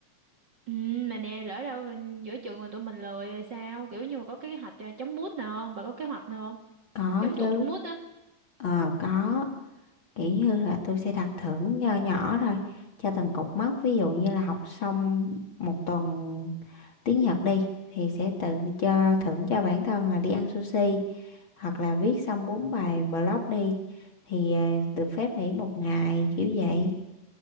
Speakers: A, on the right (about 40°); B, on the left (about 40°).
A: Ừ, mà nè lỡ đâu ừ, giữa chừng rồi tụi mình lười rồi sao kiểu như có cái kế hoạch à, chống mút nào không bà có kế hoạch nào
B: Có
A: Giống
B: chứ.
A: tụt mút á.
B: Ờ có, kiểu như là tôi sẽ đặt thưởng nho nhỏ rồi cho từng cột mốc, ví dụ như là học xong một tuần tiếng Nhật đi thì sẽ tự cho thưởng cho bản thân là đi ăn sushi hoặc là viết xong bốn bài blog đi thì ờ, được phép nghỉ một ngày kiểu vậy.